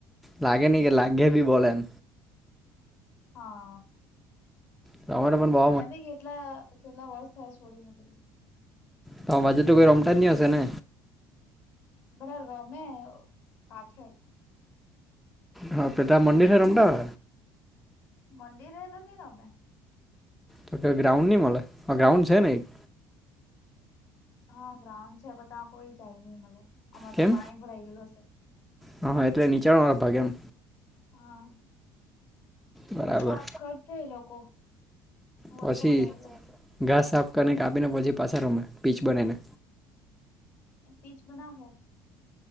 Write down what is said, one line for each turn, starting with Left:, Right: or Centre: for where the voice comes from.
Centre: લાગે નહીં કે લાગહે બી બોલે એમ.
Left: હા.
Centre: તમારે પણ બો
Left: મેં ભી કેટલા કેટલા વર્ષ થયા છોડી મુકેલી.
Centre: તમાં બાજુ તો કોઈ રમટાની હશે ને?
Left: બધા રમે કાઠે.
Centre: હા પિતા મંદિરે રમતા?
Left: મંદિર એ નહી રમે.
Centre: તો કે ગ્રાઉન્ડ નહી મલે હ ગ્રાઉન્ડ છે ને એક?
Left: હા ગ્રાઉન્ડ છે પણ તા કોઈ જાય ની મલે આમળા
Centre: કેમ
Left: તો પાણી ભરાઈ ગયલું હશે.
Centre: હા હા એટલે નીચાણ વાણે ભાગે એમ?
Left: હા.
Centre: બરાબર
Left: સાફ કરશે એ લોકો, વરસાદ
Centre: પછી
Left: જાય એટલે.
Centre: ઘાસ સાફ કરીને કાપીને પછી પાછા રમે પીચ બનાઇને.
Left: એક પીચ બનાવહે.